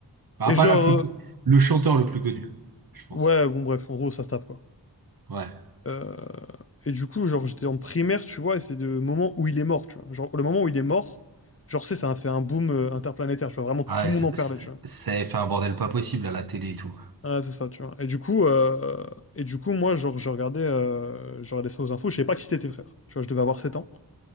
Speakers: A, on the right; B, on the left.
A: Bah,
B: Et
A: pas
B: genre,
A: la plus co-
B: euh,
A: le chanteur le plus connu, je pense.
B: ouais, bon bref, en gros, ça se tape quoi.
A: Ouais.
B: Euh, Et du coup, genre, j'étais en primaire, tu vois, et c'est le moment où il est mort, tu vois. Genre, le moment où il est mort, genre, c'est, ça a fait un boom euh, interplanétaire, tu vois. Vraiment, tout
A: Ah, ouais,
B: le
A: c-
B: monde en parlait,
A: c-
B: tu vois.
A: ça avait fait un bordel pas possible à la télé et tout.
B: Ah, c'est ça, tu vois. Et du coup, euh, et du coup moi, genre, je regardais, euh, je regardais ça aux infos. Je savais pas qui c'était tes frères. Tu vois, je devais avoir 7 ans,